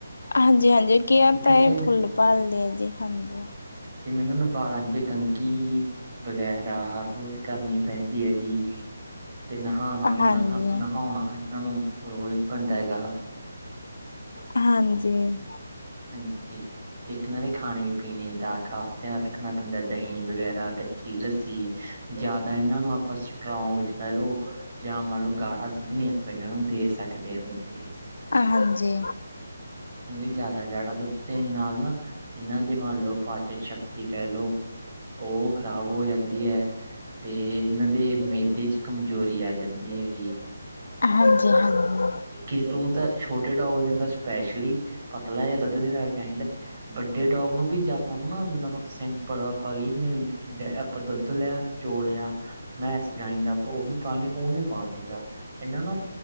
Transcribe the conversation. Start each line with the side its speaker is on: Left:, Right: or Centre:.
Left: ਹਾਂਜੀ -ਹਾਂਜੀ, ਕੇਅਰ
Right: ਕਿਉਂਕਿ
Left: ਤਾਂ ਇਹ ਫੁੱਲ ਭਾਲਦੇ ਆ ਜੀ ਹਾਂਜੀ।
Right: ਤੇ ਮੈਂਨੂੰ ਨਾ ਬਾਲਾਂ ਚ ਕੰਘੀ ਵਗ਼ੈਰਾ ਹਰ ਰੋਜ਼ ਕਰਨੀ ਪੈਂਦੀ ਹੈਗੀ। ਤੇ ਨਹਾਣਾ ਨ
Left: ਹਾਂਜੀ
Right: ਨਹਾਉਣਾ ਇਹਨਾਂ ਨੂੰ ਰੋਜ਼ ਪੈਂਦਾਂ ਹੈਗਾ।
Left: ਹਾਂਜੀ।
Right: ਹਾਂਜੀ ਤੇ ਇਕ ਇਹਨਾਂ ਦੇ ਖਾਂਣੇ ਪੀਣੇ ਦਾ ਖ਼ਾਸ ਧਿਆਨ ਰੱਖਣਾ ਪੈਂਦਾ ਦਹੀਂ ਵਗ਼ੈਰਾ ਕੱ ਚੀ ਲੱਸੀ ਜ਼ਿਆਦਾ ਇਹਨਾਂ ਨੂੰ ਆਪਾਂ ਸਟਰੋਂਗ ਕਹਿ ਲਓ। ਜਾਂ ਮੰਨ ਲਓ ਗਾੜਾ ਦੁੱਧ ਨੀਂ ਆਪਾਂ ਇਹਨਾਂ ਨੂੰ ਦੇ ਸਕਦੇ ਹੁੰਦੇ ਜੀ।
Left: ਅ ਹਾਂਜੀ
Right: ਉਹ ਵੀ ਜਿਆ -ਆਦਾ ਗਾੜਾ ਦੁੱਧ ਦੇਣ ਨਾਲ ਨਾ, ਇਹਨਾਂ ਦੀ ਮੰਨ ਲੋ ਪਾਚਨ ਸ਼ਕਤੀ ਕਹਿ ਲੋ ਓ ਖਰਾਬ ਹੋ ਜਾਂਦੀ ਐ। ਤੇ ਇਹਨਾਂ ਦੇ ਮੇਦੇ ਚ ਕਮਜ਼ੋਰੀ ਆ ਜਾਂਦੀ ਹੈਗੀ ਏ।
Left: ਹਾਂਜੀ- ਹਾਂਜੀ।
Right: ਕਿਸੇ ਨੂੰ ਤਾਂ ਛੋਟੇ ਡੋਗ ਨੂੰ ਓਦਾ ਸਪੈਸ਼ਲੀ, ਪਤਲਾ ਜਾਂ ਦੁੱਧ ਦੇਣਾ ਚਾਹੀਂਦਾ। ਵੱਡੇ ਡੋਗ ਨੂੰ ਵੀ ਜੇ ਆਪਾਂ ਨੂੰ ਨਾ ਸਿੰਪਲ ਆਪਾਂ, ਕਹੀਏ ਡ ਆਪਾਂ ਦੁੱਧ ਲਿਆ ਚੋ ਲਿਆ, ਮੈਂ ਇਸ ਗਾਈ ਦਾ ਭੋਗ ਹੀ ਪਾਨੇ ਉਹ ਨਈ ਪਾਣਾ ਚਾਹੀਦਾ ਇਹਨਾਂ ਨੂੰ